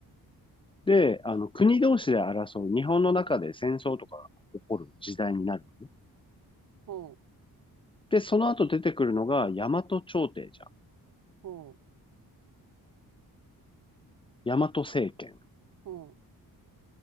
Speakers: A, on the left; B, on the right.
A: で、あの、国同士で争う、日本の中で戦争とかが起こる時代になるのね。
B: ほう、
A: で、その後出てくるのが大和朝廷じゃん。
B: ほう、
A: 大和政権。
B: ほう。